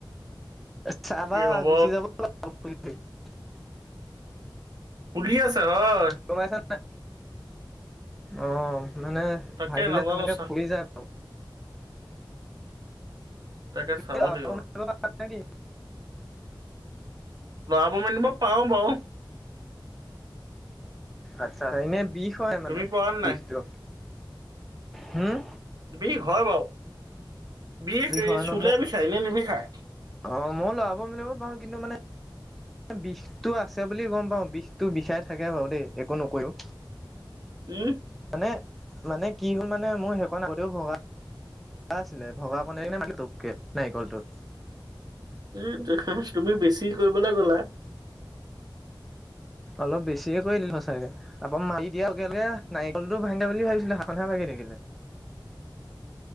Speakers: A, in the centre; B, on the right.
A: চাবা
B: কি হব
A: গুচি যাব <unintelligible>
B: ফুলি আছে হয়।
A: গম পাইছা নাই? অ', মানে
B: তাকে
A: ভাগিলে
B: নাজানো
A: তেনেকে
B: চা
A: ফুলি যায় বাৰু।
B: তাকে
A: <unintelligible>
B: চাব লাগিব
A: নেকি?
B: লৰাব মেলিব পাৰোঁ বাৰু।
A: আচ্ছা এনে বিষ হয় মানে,
B: তুমি পৰা
A: বিষটো
B: নাই
A: হম।
B: বিষ হয় বাওঁ। বিষ
A: হয়
B: চুলে
A: ন মোৰ
B: বিষাই এনে নিবিষায়।
A: অ' ময়ো লৰাব মেলিব পাৰো কিন্তু মানে বিষটো আছে বুলি গম পাওঁ, বিষটো বিশাই থাকে বাৰু দেই, একো নকৰিও।
B: উম
A: মানে, মানে কি হ'ল মানে, মোৰ সেইকন আগতেও ভগা। ভগা আছিলে, ভগা কণ <unintelligible> নাৰিকলটোত।
B: <unintelligible> তুমি বেছি কৰিবলৈ গ'লা।
A: অলপ বেছিয়ে কৰি দিলো সঁচাকে, আকৌ মাৰি দিয়া লগে, লগে নাৰিকলটো ভাঙে বুলি ভাবিছিলো, হাতখনহে ভাাগি থাকিলে।